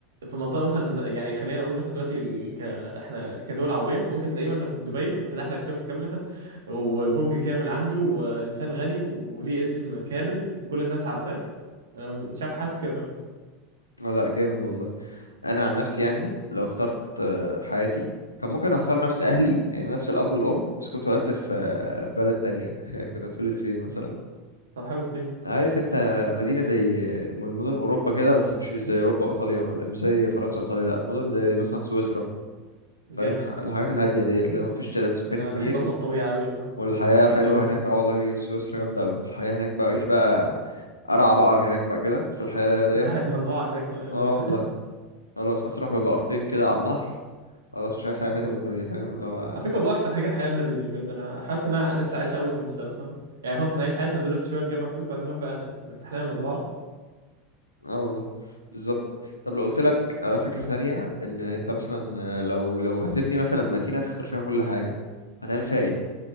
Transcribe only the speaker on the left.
آه، لا جامد والله انا عن نفسي يعني لو اخترت آه، حياتي كان ممكن اختار نفس اهلي يعني نفس الاب والام بس كنت اتولدت في آه، بلد تانية <laughs> كنت هتولد فين مثلا
عارف انت مدينه زي آه، من مدن اوروبا كده بس مش زي اوروبا وايطاليا ولا مش زي فرنسا وايطاليا لا مدن زي مثلا سويسرا
فاهم ح- الحاجات الهاديه ديت اللي ما فيش تعداد سكاني
كبير
و...
والحياه
حلوه هناك اه والله سويسرا جامده قوي الحياه هناك بقى عيش بقى ارعى بقر هناك بقى كده في الحياه ديت
اه
والله خلاص اسرح ببقرتين كده على النهر خلاص مش عايز حاجة تانية
من الدنيا
فاهم اللي هو
اه والله بالظبط طب لو قلت لك على فكرة تانية ان انت مثلا لو لو هتبني مثلا مدينة تختار فيها كل حاجة هتعمل فيها ايه